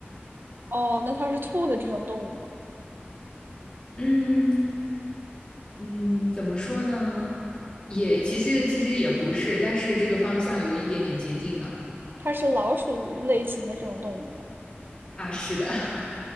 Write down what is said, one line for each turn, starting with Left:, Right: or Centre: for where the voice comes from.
Right: 哦，那它是兔子这种动物吗？
Left: 嗯嗯，怎么说呢？也其实其实也不是，但是这个方向有一点点接近了
Right: 它是老鼠类型的这种动物吗？
Left: 啊，是的，<laughs>